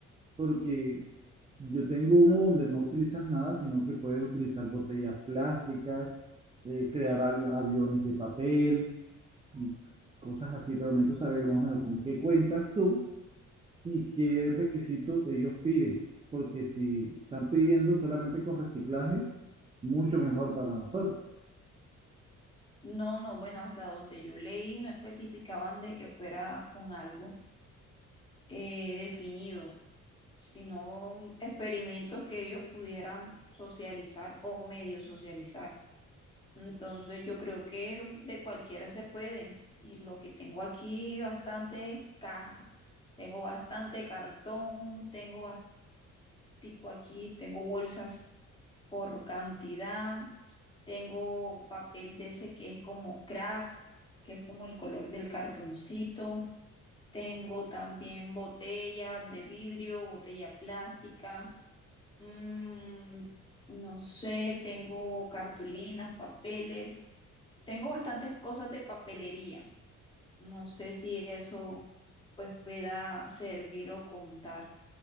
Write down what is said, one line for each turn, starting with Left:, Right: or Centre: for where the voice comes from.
Right: porque yo tengo uno donde no utilizas nada, sino que puedes utilizar botellas plásticas, eh, crear avio- aviones de papel, y cosas así, pero necesito saber más o menos con qué cuentas tú y qué requisitos ellos piden, porque si están pidiendo solamente con reciclaje, mucho mejor para nosotros.
Left: no, no, bueno, hasta donde yo leí no especificaban de que fuera con algo eh, definido, sino experimentos que ellos pudieran socializar o medio socializar. Entonces yo creo que de cualquiera se puede. Y lo que tengo aquí bastante es caja. Tengo bastante cartón, tengo plástico aquí, tengo bolsas por cantidad, tengo papel de ese que es como craft, que es como el color del cartoncito. Tengo también botella de vidrio, botella plástica. mm, no sé, tengo cartulinas, papeles. Tengo bastantes cosas de papelería. No sé si eso pues pueda servir o contar.